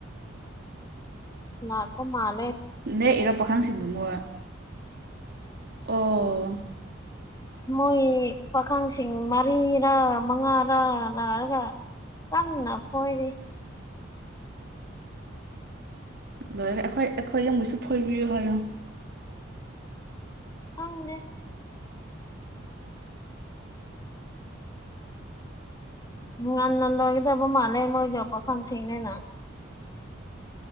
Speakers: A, on the left; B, on the right.
A: ꯂꯅꯥꯀꯣ ꯃꯥꯅ
B: ꯅꯦꯛ ꯏꯔꯣ ꯄꯥꯈꯪꯁꯤꯡꯕꯨ ꯃꯣꯏ ꯑꯣ
A: ꯃꯣꯏ ꯄꯥꯈꯪꯁꯤꯡ ꯃꯔꯤꯔꯥ ꯃꯉꯥꯔꯥ ꯂꯅꯥꯔꯒ ꯀꯟꯅ ꯐꯣꯏꯔꯤꯦ
B: ꯂꯣꯏꯔꯒ ꯑꯩꯈꯣꯏ ꯑꯩꯈꯣꯏ ꯑꯃꯁꯨ ꯐꯣꯏꯕꯤꯌꯨ ꯍꯥꯏꯌꯣ
A: ꯐꯪꯅꯦ ꯎ ꯉꯟꯅ ꯂꯣꯏꯒꯗꯕ ꯃꯥꯜꯂꯦ ꯃꯣꯏ ꯌꯣꯄ ꯈꯪꯁꯤꯡꯅꯤꯅ